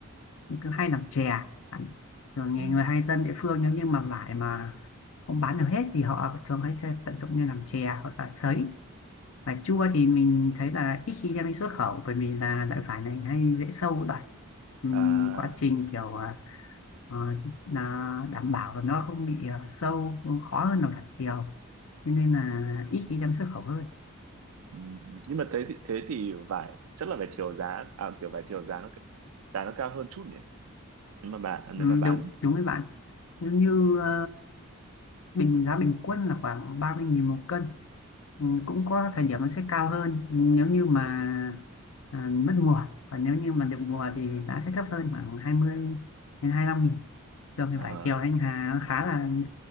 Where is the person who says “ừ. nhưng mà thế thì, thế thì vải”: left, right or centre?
Right